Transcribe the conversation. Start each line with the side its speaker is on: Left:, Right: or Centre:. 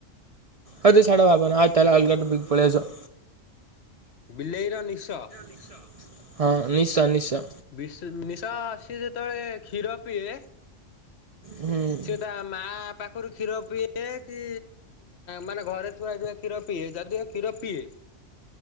Right: ହଉ ସଢା ଭାବାନ ନା ଆଉ ତାହେ ଅଲଗାଟ ବିକ୍ ପଳେଇସ।
Left: ବିଲେଇର ନିଶ
Right: ନିଶ। ହଁ ନିଶ୍ଚୟ ନିଶ୍ଚୟ।
Left: ବି ନିଶ ସ ଯେତେବେଳେ କ୍ଷୀର ପିଏ
Right: ହୁଁ
Left: ସିଏ ମା ପାଖରୁ କ୍ଷୀର ପିଇଏ କି ମାନେ ଘରେ ଛୁଆ ହେଇଥିବା କ୍ଷୀର ପିଇଏ ଯଦିଓ କ୍ଷୀର ପିଏ